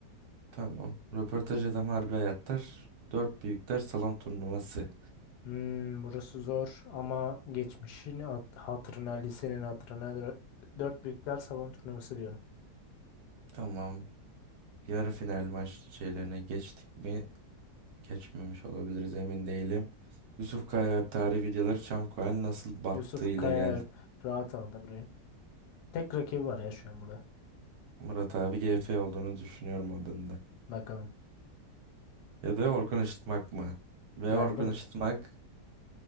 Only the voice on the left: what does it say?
Hmm, burası zor ama geçmişin hat hatırına, lisenin hatırına dö- dört büyükler salon turnuvası diyorum.
Yusuf
Kayaalp
rahat aldı burayı. Tek rakibi var ya şu an burada.
Bakalım.
Geldi
mi?